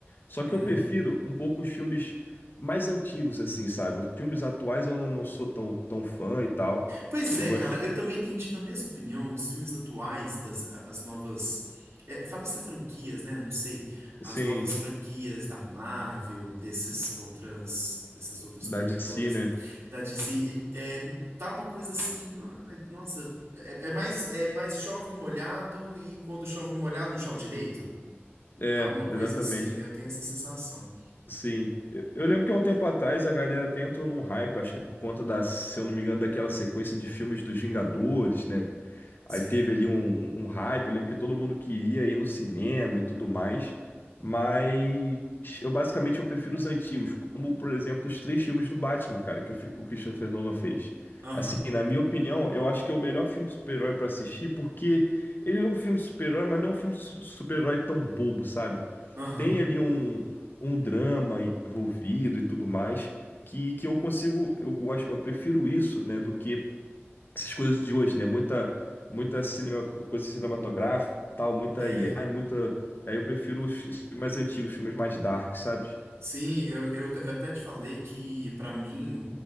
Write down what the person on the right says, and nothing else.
Uhum.
Pois é,
cara, eu também tenho tido a mesma opinião. Os filmes atuais das a- as novas, é, fala-se franquias, né? Não sei,
as novas franquias da Marvel, desses outras, dessas outras
produtoras
da DC, e- é, tá uma coisa assim, no- nossa, é, é mais é mais chove no molhado e quando chove no molhado não chove direito.
Tá uma coisa
assim, né? Eu tenho essa sensação.
Sim.
Aham.
Aham.
É,
Sim, eu, eu, eu até te falei que, pra mim, um-